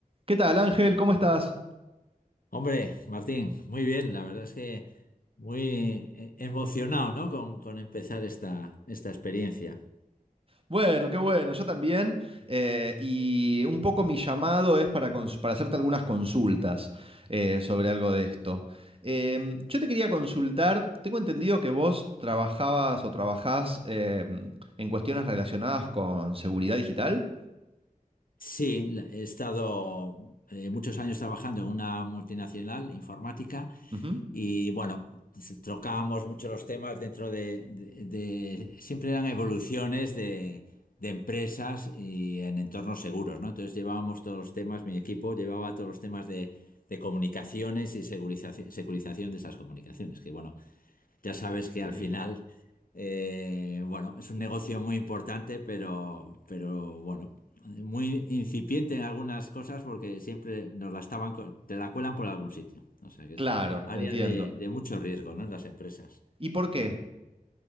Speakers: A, on the right; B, on the left.
A: ¿Qué tal, Ángel? ¿Cómo estás?
B: Hombre, Martín, muy bien, la verdad es que muy eh, emocionado, ¿no? Con, con empezar esta, esta experiencia.
A: Bueno, qué bueno, yo también. eh, y un poco mi llamado es para, cons- para hacerte algunas consultas eh, sobre algo de esto. Em, yo te quería consultar, tengo entendido que vos trabajabas o trabajás em, en cuestiones relacionadas con seguridad digital.
B: Sí, la- he estado eh, muchos años trabajando en una multinacional informática
A: Ujú.
B: y bueno, s- trocábamos mucho los temas dentro de, de- de- siempre eran evoluciones de, de empresas y en entornos seguros, ¿no? Entonces llevábamos todos los temas, mi equipo llevaba todos los temas de, de comunicaciones y segurizaci- securización de esas comunicaciones, que bueno. Ya sabes que
A: Sí.
B: al final, eh, bueno, es un negocio muy importante, pero, pero bueno, muy incipiente en algunas cosas porque siempre nos la estaban, co- te la cuelan por algún sitio. O sea que
A: Claro,
B: es área
A: entiendo.
B: de, de mucho riesgo, ¿no? En las empresas.
A: ¿Y por qué?